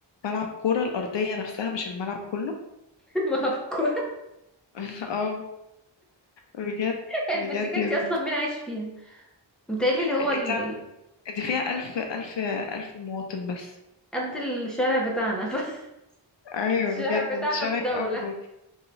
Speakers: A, on the left (about 65°); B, in the centre.
A: ملعب كرة الأرضية نفسها مش الملعب كله
B: <laughs> ملعب الكورة
A: <laughs> اه بجد
B: الفاتيكان
A: بجد يا
B: دي
A: بنتي.
B: اصلا مين عايش فيها متهيألي اللي هو
A: انت
B: ال...
A: عارفة دي فيها ألف ألف ألف مواطن بس
B: قد الشارع بتاعنا <laughs>
A: ايوه
B: الشارع
A: بجد
B: بتاعنا
A: انت شارعك
B: في دولة
A: اكبر